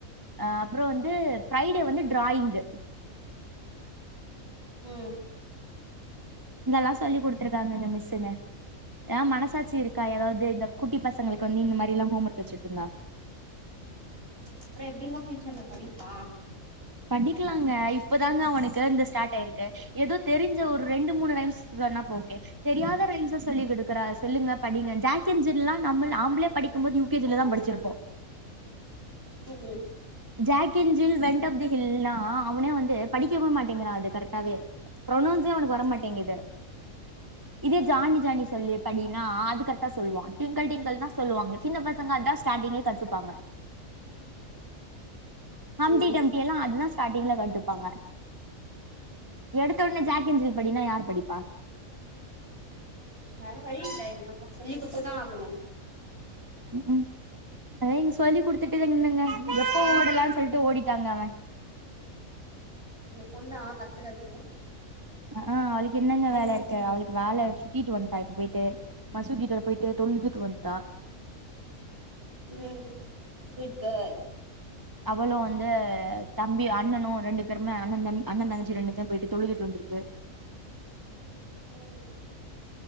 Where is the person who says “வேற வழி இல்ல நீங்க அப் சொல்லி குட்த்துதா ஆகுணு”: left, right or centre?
Right